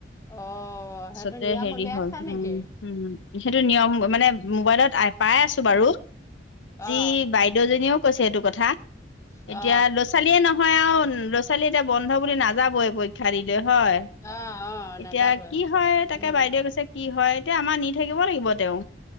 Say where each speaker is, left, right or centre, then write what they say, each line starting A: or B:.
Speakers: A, on the left; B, on the left.
A: অ
B: পিছতে
A: সেইটো নিয়ম
B: হেৰি
A: উলিয়াইছা
B: হ'ল
A: নেকি
B: উম' হম'। হেতু নিয়ম মানে মোবাইলত পাই আছো বাৰু,
A: অ
B: যি বাইদ দও জনীয়ো কৈছে এইটো কথা,
A: অ
B: এতিয়া ল'ৰা ছোৱালীয়ে ন ল'ৰা ছোৱালী এতিয়া বন্ধ বুলি নাযাবই পৰীক্ষা দিলে হয়।
A: অ অ
B: এতিয়া
A: নাযাবই
B: কি হয় তাকে
A: উম
B: বাইদেৱে কৈছে, কি হয় এতিয়া আমাৰ নি থাকিব লাগিব তেও।